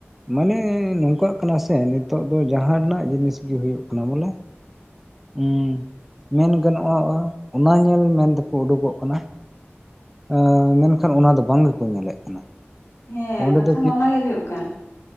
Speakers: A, in the centre; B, on the left.
A: ᱢᱟᱱᱮ ᱱᱚᱝᱠᱟᱜ ᱠᱟᱱᱟ ᱥᱮ ᱱᱤᱛᱚᱜ ᱫᱚ ᱡᱟᱦᱟᱸᱱᱟᱜ ᱡᱤᱱᱤᱥᱜᱤ ᱦᱩᱭᱩᱜ ᱠᱟᱱᱟ ᱵᱚᱞᱮ ᱩ ᱢᱮᱱ ᱜᱟᱱᱚᱜᱼᱟ ᱚᱱᱟ ᱧᱮᱞ ᱢᱮᱱ ᱛᱮᱠᱚ ᱩᱰᱩᱠᱚᱜ ᱠᱟᱱᱟ ᱮ ᱢᱮᱱᱠᱷᱟᱱ ᱚᱱᱟ ᱫᱚ ᱵᱟᱝ ᱜᱮᱠᱚ ᱧᱮᱞᱮᱫ ᱠᱟᱱᱟ
B: ᱦᱮᱸ
A: ᱚᱸᱰᱮ
B: ᱠᱟᱛᱷᱟ
A: ᱫᱚ
B: ᱢᱟ
A: ᱪᱮᱫ
B: ᱚᱱᱟᱜᱮ ᱦᱩᱭᱩᱜ ᱠᱟᱱ